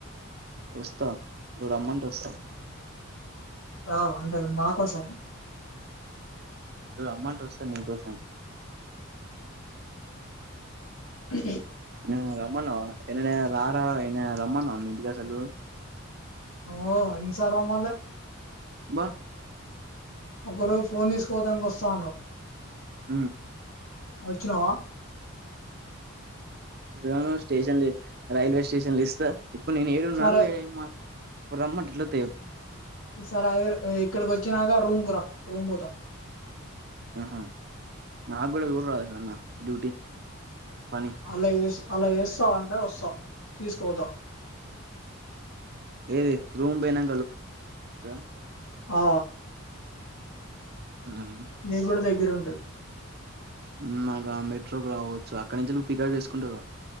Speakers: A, on the right; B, on the left.
A: వస్తా నువు రమ్మంటే వస్తా
B: రా అంటే మా కోసం
A: ను రమ్మంటే వస్తా నీ కోసం
B: అ
A: హు రమ్మనవ ఎన్నడైనా రారా అయినా రామన్నవ మీ ఇంటికి అసలు
B: ఓ ఎన్ని సార్లు రామాండ్ల
A: అబ్బా
B: ఒక రోజు ఫోన్ తీసుకోవడాానికి వస్తా అన్నావ్
A: హూ
B: వచ్చినవ
A: ఇను స్టేషన్లు రైల్వే స్టేషన్లు ఇస్తా ఇప్పుడు నేను ఏడు ఉన్నాను
B: సరే
A: ఏం మా <unintelligible>
B: ఓ సారి అ ఇక్కడికి వచ్చినాక రూమ్ కురా రూమ్ పోతాం
A: ఆహ నాగూడ చూడరా ఏదన్నా డ్యూటీ పని
B: అలా అలా వేస్తా అంటే వస్తాం తీసుకోతాం
A: ఏది రూమ్ పోయనా <unintelligible>
B: ఆ
A: ఆహా
B: నీకు కూడా దగ్గర ఉంటది
A: ఉమ్ ఆగ మెట్రోకి రావచ్చు అక్కడి నుంచి నువ్వు పికప్ చేసుకుంటావు గా